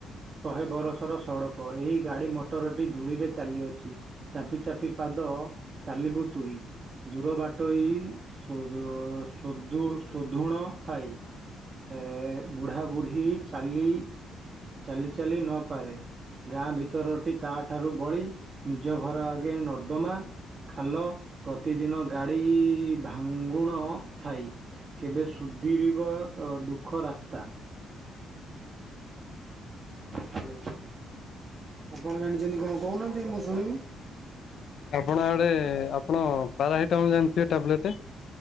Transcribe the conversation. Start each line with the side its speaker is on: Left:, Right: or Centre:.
Right: ଶହେ ବରଷର ସଡ଼କ ଏହି ଗାଡ଼ି ମଟରଟି ଧୂଳିରେ ଚାଲିଅଛି। ଚାପି ଚାପି ପାଦ ଚାଲିବୁ ତୁହି। ଦୂର ବାଟୋଇ ସୁଦ୍ ସୋଧୁ ଶୋଧୁଣ ଥାଇ। ଏ ବୁଢ଼ାବୁଢ଼ୀ ଚାଲି ଚାଲି ଚାଲି ନପାରେ। ଗାଁ ଭି ତରଟି ତା ଠାରୁ ବଳି ନିଜ ଘର ଆଗେ ନର୍ଦ୍ଦମା ଖାଲ, ପ୍ରତିଦିନ ଗାଡି ଭାଙ୍ଗୁଣ ଥାଇ। କେବେ ସୁଧିରିବ ତ ଦୁଃଖ ରାସ୍ତା। ହ୍ୟାଲୋ। ଆପଣ ଜାଣିଚନ୍ତି କଣ କୋହୁନାହାନ୍ତି ମୁଁ ଶୁଣିବି?
Left: ଆପଣ ଆଡେ ଆପଣ ପାରାସିଟାମଲ ଜାଣିଥିବେ ଟାବ୍ଲେଟ?